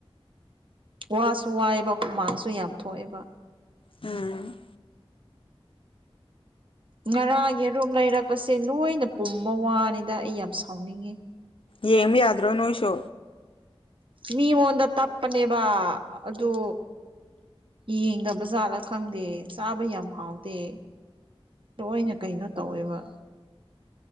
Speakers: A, on the right; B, on the left.
A: ꯋꯥꯁꯨ ꯋꯥꯏꯑꯦꯕ ꯍꯨꯃꯥꯡꯁꯨ ꯌꯥꯝ ꯊꯣꯛꯑꯦꯕ
B: ꯎꯝ
A: ꯉꯔꯥꯡ ꯌꯦꯔꯨꯝ ꯂꯩꯔꯛꯄꯁꯦ ꯂꯣꯏꯅ ꯄꯨꯝꯕ ꯋꯥꯅꯤꯗ ꯑꯩ ꯌꯥꯝ ꯁꯥꯎꯅꯤꯡꯉꯤ
B: ꯌꯦꯃꯤ ꯌꯥꯗ꯭ꯔꯣ ꯅꯨ ꯁꯣ
A: ꯃꯤꯉꯣꯟꯗ ꯇꯞꯄꯅꯦꯕ ꯑꯗꯨ ꯌꯦꯡꯗꯕꯖꯥꯠꯂꯥ ꯈꯪꯗꯦ ꯆꯥꯕ ꯌꯥꯝ ꯍꯥꯎꯇꯦ ꯂꯣꯏꯅ ꯀꯩꯅꯣ ꯇꯧꯋꯦꯕ